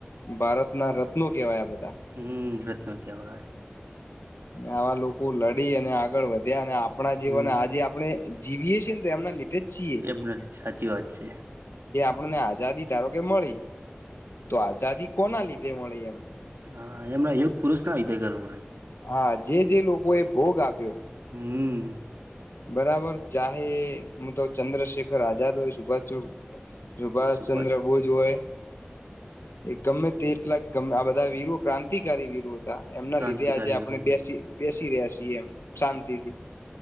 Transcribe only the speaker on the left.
ભારતના રત્નો કેવાયા બધા
આવા લોકો લડી અને આગળ વધ્યા અને આપણા જીવન
આજે આપણે જીવીી છે તો એમના લીધે જ છીએ
આપને આઝાદી ધારો કે મળી તો આઝાદી કોના લીધે મળી એમ
હા જે જે લોકો એ ભોગ આપ્યો
બરાબર ચાહે મ તો ચંદ્રશેખર આઝાદ હોય સુભાષ સુભાષચંદ્ર
બોઝ હોય એક ગમે તેટલાક ગમે આ બધા વીર ક્રાંતિકારી વીર હતા એમના
લીધે આજે આપણે
બેસી બેસી રહ્યા છીએ એમ શાંતિથી